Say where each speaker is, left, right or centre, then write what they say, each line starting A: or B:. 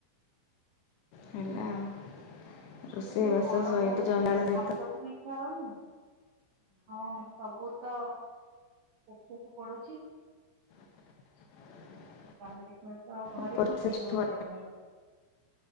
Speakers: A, on the left (about 75°); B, on the right (about 70°).
A: ହେଲା ଆଉ। ରୋଷେଇବାସ
B: ଏ ଯୋଉ ଗରମ
A: ସହିତ
B: ହଉଛି
A: ଜଞ୍ଜାଳ
B: କିଛି
A: ସହିତ
B: ଖାଇବାକୁ ବି ଇଚ୍ଛା ହଉନି। ହଁ ସବୁ ତ ଦେଖିବାକୁ ପଡୁଛି।
A: <inaudible>
B: କାମ ଦେଖିବାକୁ ଆଉ ଘରେ
A: ଉପରେ
B: କିଏ
A: ସେ
B: କିଏ
A: ଛୁଆ
B: ରୁହନ୍ତି ଆପଣଙ୍କର?